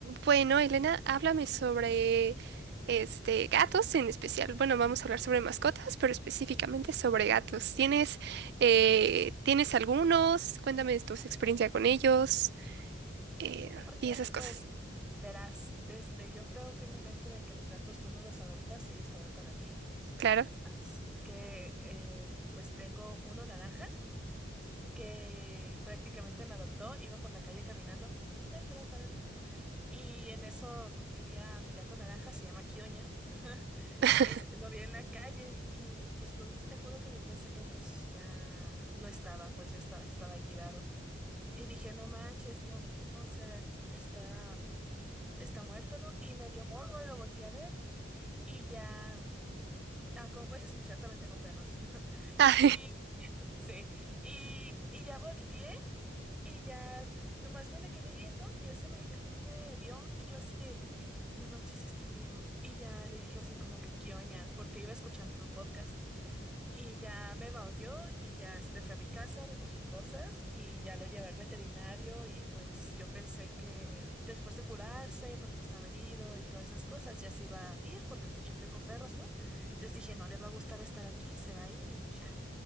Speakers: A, on the right; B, in the centre.
A: Bueno, Elena, háblame sobre este gatos en especial. Bueno, vamos a hablar sobre mascotas, pero específicamente sobre gatos. ¿Tienes, eh, tienes algunos? Cuéntame de tu experiencia con ellos eh,
B: Ok,
A: y esas cosas.
B: pues verás, este, yo creo firmemente de que los gatos tú no los adoptas, ellos te adoptan a ti.
A: Claro.
B: Así que, eh, pues tengo uno naranja que prácticamente me adoptó, iba por la calle caminando. ta, ta, ta, ta, Y en eso vi a mi gato naranja, se llama Kioña. <laughs>
A: <laughs>
B: Este, lo vi en la calle y pues lo vi, te juro que yo pensé que pues ya no estaba, pues yo estaba, estaba ahí tirado. Y dije, no manches, no, o sea, está está muerto, ¿no? Y me dio morbo y lo volteé a ver y ya... mm, Ah, como puedes escuchar, también tengo perros. <laughs>
A: Ah,
B: Y sí, y, y ya volteé y ya t- nomás me le quedé viendo y él, se me, él me vio y yo así de, no manches, está vivo. Y ya le dije así como que quioña, porque iba escuchando un podcast. Y ya me maulló y ya este fui a mi casa, recogí cosas y ya lo llevé al veterinario y pues yo pensé que después de curarse, porque estaba herido y todas esas cosas, ya se iba a ir porque pues yo tengo perros, ¿no? Entonces dije, no le va a gustar estar aquí, se va a ir y pues ya.